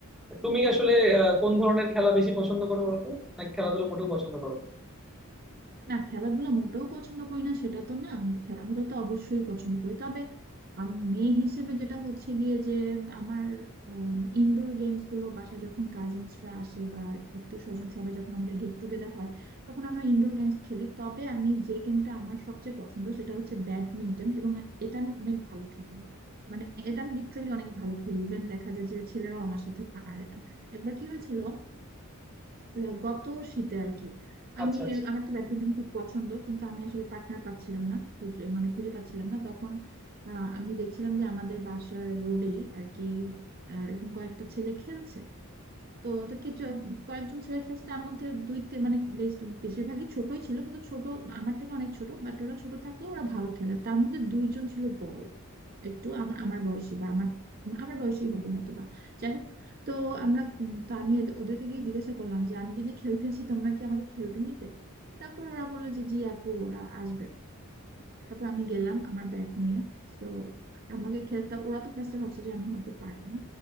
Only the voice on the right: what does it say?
না খেলাধুলা মোটেও পছন্দ করি না সেটা তো না খেলাধুলা তো অবশ্যই পছন্দ করি তবে আম, মেয়ে হিসেবে যেটা হচ্ছে গিয়ে যে আমার ইনডোর গেমস গুলো বাসায় যখন কাজিনসরা আসে বা আত্মীয় স্বজন সবাই যখন আমাদের গেট টুগেদার হয় তখন আমরা ইনডোর গেমস খেলি তবে আমি যে গেমটা আমার সবচেয়ে পছন্দ সেটা হচ্ছে ব্যাডমিন্টন এবং এটা আমি অনেক ভালো খেলি মানে এটা আমি লিটারেলি অনেক ভালো খেলি ইভেন দেখা যায় যে ছেলেরাও আমার সাথে পারে না একবার কি হয়েছিল ল- গত শীতে আর কি আমি
এর- আমার তো ব্যাডমিন্টন খুব পছন্দ কিন্তু আমি আসলে পার্টনার পাচ্ছিলাম না খুঁজে মানে খুঁজে পাচ্ছিলাম না তখন আহ, আমি দেখছিলাম যে আমাদের বাসার রোডেই আর কি আহ, এরকম কয়েকটা ছেলে খেলছে তো তো কিছু কয়েকজন ছেলে খেলছে তার মধ্যে দুই তি- মানে বেশ বেশিরভাগই ছোটই ছিল কিন্তু ছোট আমার থেকে অনেক ছোট বাট ওরা ছোট থাকলেও ওরা ভালো খেলে তার মধ্যে দুইজন ছিল বড় একটু আমার আমার বয়সী বা আমার আমার বয়সী হবে হয়তো বা যাই হোক তো আমরা উম, তো আমি এদে- ওদেরকে গিয়ে জিজ্ঞাসা করলাম যে আমি যদি খেলতে আসি তোমরা কি আমাকে খেলতে নিবে তারপর ওরা বললো যে জি আপু ওরা আসবে তারপর আমি গেলাম আমার ব্যাগ নিয়ে তো আমাকে খেলতে ওরা তো ফার্স্টে ভাবছে যে আমি হয়তো পারবো না